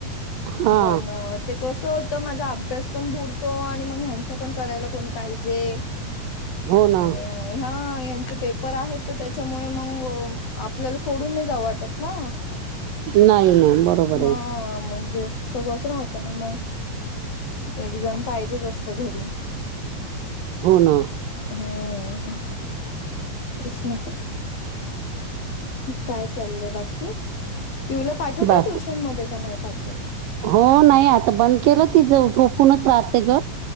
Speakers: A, on the right; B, on the left.
A: हा
B: पण ते कसं होतं माझा अभ्यास पण बुडतो आणि मंग ह्यांच पण करायला कोणी पाहिजे
A: हो ना
B: आणि ह्या यांचे पेपर आहेत तर त्याच्यामुळे मंग आपल्याला सोडून नाही जावं वाटत ना.
A: नाही ना बरोबर
B: हा
A: आहे
B: मगे सगळंच राहतं ना म एक जण पाहिजेच असतं घरी.
A: हो ना.
B: हम्म तेच ना. काय चाललंय बाकी पीहूला पाठवता
A: बाकी
B: ट्युशन मध्ये का नाही पाठवत?
A: हो नाही आता बंद केलं तिजं झोपूनच राहते गं.